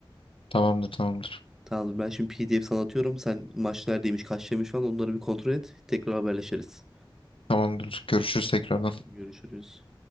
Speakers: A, on the left; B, in the centre.
A: Tamamdır tamamdır.
B: Tamamdır. Ben şimdi PDF sana atıyorum. Sen maç neredeymiş, kaç demiş falan onları bir kontrol et. Tekrar haberleşiriz.
A: Tamamdır. Görüşürüz tekrardan.
B: Tamam, görüşürüz.